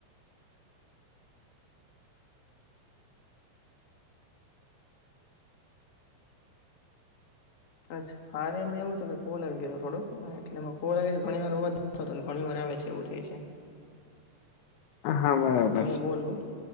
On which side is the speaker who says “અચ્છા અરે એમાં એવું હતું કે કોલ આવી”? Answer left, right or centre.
Left